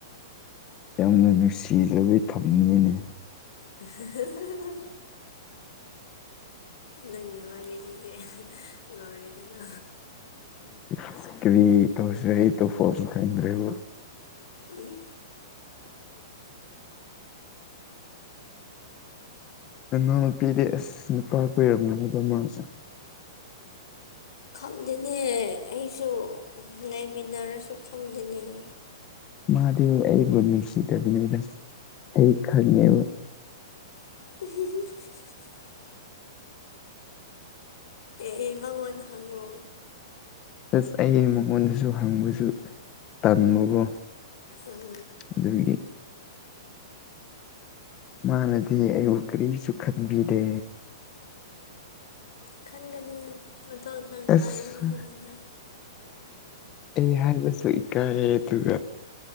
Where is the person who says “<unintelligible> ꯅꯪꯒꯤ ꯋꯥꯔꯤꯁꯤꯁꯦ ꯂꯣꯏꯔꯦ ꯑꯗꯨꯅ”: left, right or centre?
Left